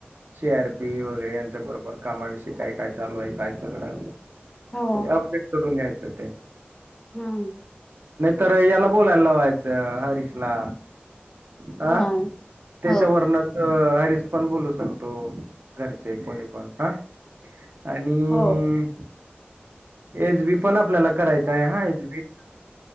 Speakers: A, on the right (about 60°); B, on the left (about 15°).
A: सी आर पी वगैरे यांच्या बरोबर कामाविषयी काय काय चालू आहे काय सगळं.
B: हो
A: अपडेट करून घ्यायचं ते.
B: हम्म
A: तर याला बोलायला लावायचं हरीशला. अं
B: हा
A: त्याच्या
B: हो
A: वर्णच हरीश पण बोलू शकतो? घरचे कोणी पण हा आणि
B: हो
A: एज बी <unintelligible> आपल्याला करायच हच